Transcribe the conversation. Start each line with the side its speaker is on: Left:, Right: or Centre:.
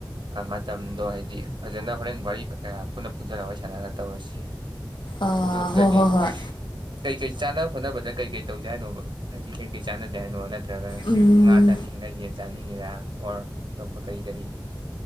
Right: ꯑ ꯃꯇꯝꯗꯣ ꯍꯥꯏꯗꯤ ꯐꯖꯅ ꯍꯣꯔꯦꯟ ꯋꯥꯔꯤ ꯀꯌꯥ ꯄꯨꯟꯅ ꯄꯨꯖꯜꯂ ꯋꯥꯔꯤ ꯁꯥꯟꯅꯔꯒ ꯇꯧꯔꯁꯤ
Left: ꯑꯥ
Right: ꯑꯗꫭ
Left: ꯍꯣꯏ
Right: ꯀꯔꯤ
Left: ꯍꯣꯏ ꯍꯣꯏ
Right: <inaudible> ꯀꯩꯀꯩ ꯆꯥꯟꯅ ꯈꯣꯠꯅꯕꯗ ꯀꯩꯀꯩ ꯇꯧꯁꯦ ꯍꯥꯏꯅꯣꯕ ꯍꯥꯏꯗꯤ ꯀꯩꯀꯩ ꯆꯥꯟꯅꯖꯦ ꯍꯥꯏꯅꯣꯕ ꯅꯠ <inaudible>
Left: ꯎꯝ
Right: ꯉꯥ ꯆꯥꯅꯤꯡꯉꯤꯅ ꯌꯦꯟ ꯆꯥꯅꯤꯡ <unintelligible> ꯑꯣꯔ ꯇꯣꯞꯄ ꯀꯔꯤ ꯀꯔꯤ